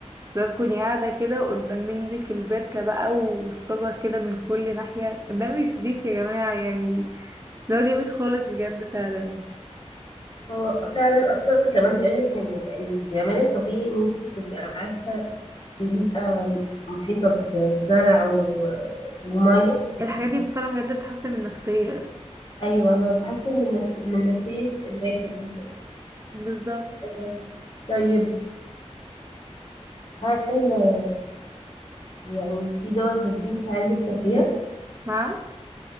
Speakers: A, on the right; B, on the left.
A: لو تكوني قاعده كده قدام منك البركه بقى والشجر كده من كل ناحيه ده مش ريف يا جماعه يعني اللي هو جميل خالص بجد فعلا
B: هو فعلا اصلا كمان بيقول لك ان ال- الجمال الطبيعي ان انت تبقي عايشه في بيئه م- محيطه بزرع و- وميه
A: الحاجات دي فعلا بجد بتحسن من النفسيه
B: ايوه ما بتحسن من نفس من نفسيه الواحد وكده
A: بالظبط
B: آه، طيب هل آه، يعني في دول غير دي انت عايزه تسافريها
A: نعم